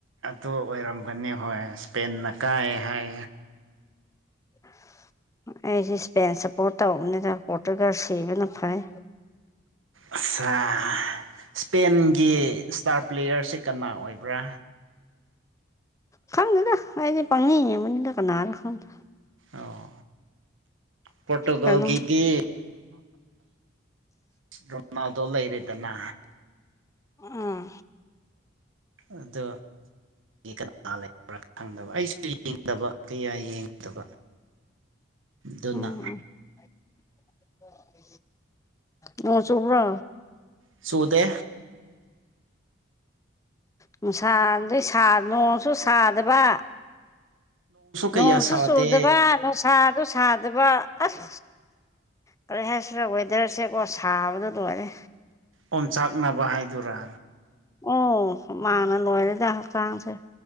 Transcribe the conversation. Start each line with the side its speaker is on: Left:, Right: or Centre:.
Right: ꯑꯗꯨ ꯑꯣꯏꯔꯝꯒꯅꯤ ꯍꯣꯏ ꯏꯁꯄꯦꯟꯅ ꯀꯥꯏ ꯍꯥꯏ
Left: <inaudible> ꯑꯩꯁꯦ ꯏꯁꯄꯦꯟ ꯁꯞꯄꯣꯔꯠ ꯇꯧꯕꯅꯤꯅ ꯄꯣꯇꯨꯒꯜ ꯁꯤꯕꯅ ꯐꯩ
Right: ꯑꯠꯁꯥ ꯏꯁꯄꯦꯟꯒꯤ ꯏꯁꯇꯥꯔ ꯄ꯭ꯂꯦꯌꯔꯁꯦ ꯀꯅꯥ ꯑꯣꯏꯕ꯭ꯔꯥ
Left: ꯈꯪꯗꯦꯗ ꯑꯩꯗꯤ ꯄꯪꯌꯦꯡ ꯌꯦꯡꯕꯅꯤꯗ ꯀꯅꯥꯔꯥ ꯈꯪꯗꯦ
Right: ꯑꯣ ꯄꯣꯔꯠꯇꯨꯒꯜꯒꯤꯗꯤ
Left: ꯀꯩꯅꯣ
Right: ꯔꯣꯅꯥꯜꯗꯣ ꯂꯩꯔꯦꯗꯅ
Left: ꯑꯥ
Right: ꯑꯗꯣ ꯀꯥꯅꯥ ꯂꯩꯕꯔꯥ ꯈꯪꯗꯕ ꯑꯩꯁꯨ ꯌꯦꯡꯗꯕ ꯀꯌꯥ ꯌꯦꯡꯗꯕ ꯗꯨꯅ
Left: ꯎꯝ ꯎꯝ <inaudible> ꯅꯣꯡ ꯆꯨꯕ꯭ꯔꯣ
Right: ꯆꯨꯗꯦ
Left: ꯅꯨꯡꯁꯗꯤ ꯁꯥ ꯅꯣꯡꯁꯨ ꯁꯥꯗꯕ
Right: ꯀꯌꯥ
Left: ꯅꯣꯡꯁꯨ
Right: ꯁꯥꯗꯦ
Left: ꯆꯨꯗꯕ ꯅꯨꯡꯁꯥꯗꯨ ꯁꯥꯗꯕ ꯑꯁ ꯀꯔꯤ ꯍꯥꯏꯁꯤꯔ ꯋꯦꯗꯔꯁꯦꯀꯣ ꯁꯥꯕꯗꯣ ꯂꯣꯏꯔꯦ
Right: ꯑꯣꯝꯆꯥꯛꯅꯕ ꯍꯥꯏꯗꯨꯔꯥ
Left: ꯑꯣ ꯍꯨꯃꯥꯡꯅ ꯂꯣꯏꯔꯦꯗ ꯍꯛꯆꯥꯡꯁꯦ